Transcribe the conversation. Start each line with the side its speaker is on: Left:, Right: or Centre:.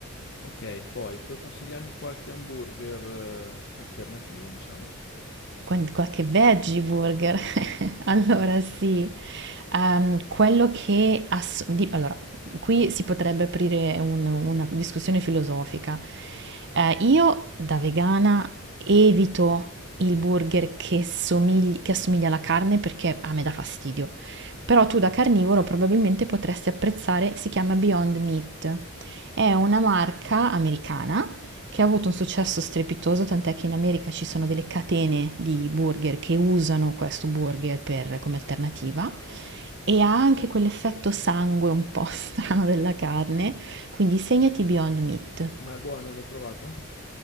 Left: Ok, poi puoi consigliarmi qualche hamburger eh, alternativo, diciamo?
Right: con qualche veggie burger. <laughs> Allora
Left: Eh sì,
Right: sì, Ehm, quello che... ass- di- allora, qui si potrebbe aprire un- una discussione filosofica. Eh, io da vegana evito il burger che somigli- che assomiglia alla carne perché a me dà fastidio. Però tu da carnivoro probabilmente potresti apprezzare, si chiama Beyond Meat. È una marca americana che ha avuto un successo strepitoso, tant'è che in America ci sono delle catene di burger che usano questo burger per- come alternativa e ha anche quell'effetto sangue un po' <laughs> strano della carne, quindi segnati Beyond Meat.
Left: ma è buono, l'hai provato?